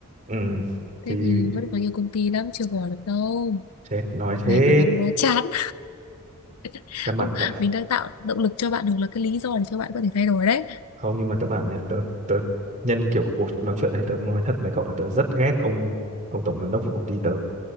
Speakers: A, on the right; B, on the left.
A: ừ.
B: thế
A: thì
B: thì vẫn còn nhiều công ty lắm chưa bỏ được đâu
A: chết nói thế
B: này còn gắn bó chán <laughs>
A: căn bản
B: ông
A: tại
B: mình đang tạo động lực cho bạn hoặc là cái lý do để cho bạn có thể thay đổi đấy
A: không nhưng mà tớ bảo nhá tớ tớ nhân kiểu cuộc nói chuyện này tớ nói thật với cậu là tớ rất ghét ông ông tổng giám đốc của công ty tớ